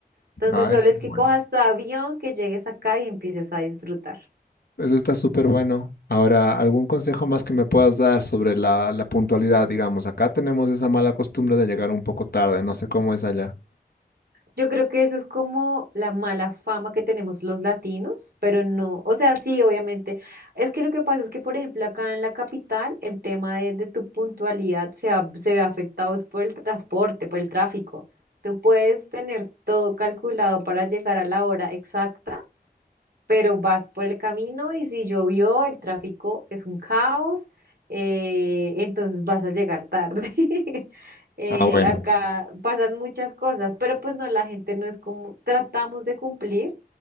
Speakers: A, on the right (about 65°); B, on the left (about 70°).
A: Entonces
B: Ah,
A: solo
B: eso
A: es
B: es
A: que
B: bueno.
A: cojas tu avión, que llegues acá y empieces a disfrutar.
B: Eso está súper bueno. Ahora, ¿algún consejo más que me puedas dar sobre la, la puntualidad, digamos? Acá tenemos esa mala costumbre de llegar un poco tarde. No sé cómo es allá.
A: Yo creo que eso es como la mala fama que tenemos los latinos, pero no, o sea, sí, obviamente. Es que lo que pasa es que, por ejemplo, acá en la capital, el tema de, de tu puntualidad se, va- se ve afectado es por el transporte, por el tráfico. Tú puedes tener todo calculado para llegar a la hora exacta pero vas por el camino y si llovió, el tráfico es un caos, eh, entonces vas a llegar tarde. <laughs> Eh,
B: Ah, bueno.
A: acá pasan muchas cosas, pero pues no, la gente no es como, tratamos de cumplir,